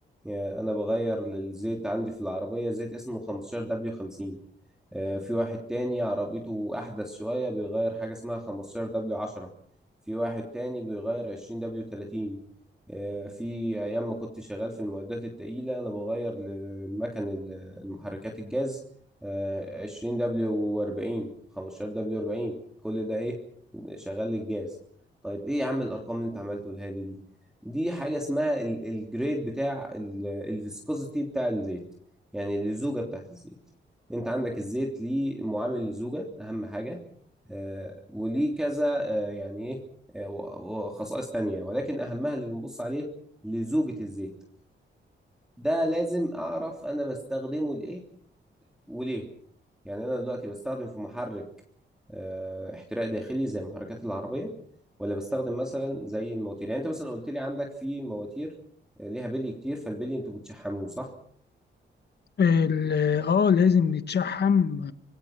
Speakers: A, in the centre; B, on the left (about 60°).
A: آه، أنا بغير للزيت عندي في العربية زيت اسمه 15W50 آه، في واحد تاني عربيته أحدث شوية بيغير حاجة اسمها 15 دبليو 10 في واحد تاني بيغير 20 دبليو 30 آه، في أيام ما كنت شغال في المعدات التقيلة أنا بغير للمكن ال- المحركات الجاز آه، 20 دبليو 40 15 دبليو 40 كل ده إيه شغال للجاز طيب إيه يا عم الأرقام اللي أنت عملته الهادي دي دي حاجة اسمها ال- الجريد بتاع ال- الفيسكوزيتي بتاع الزيت يعني اللزوجة بتاعت الزيت انت عندك الزيت ليه معامل الزوجة اهم حاجة آه، وليه كذا آه، يعني ايه آه، و- وخصائص تانية ولكن اهمها اللي بنبص عليه لزوجة الزيت ده لازم اعرف انا بستخدمه لايه وليه يعني انا دلوقتي بستخدم في محرك آه، احتراق داخلي زي محركات العربية ولا بستخدم مثلا زي المواتير يعني انت مثلا قلت لي عندك في مواتير آه، ليها بلي كتير فالبلي انتوا بتشحموه صح
B: ال- اه لازم يتشحم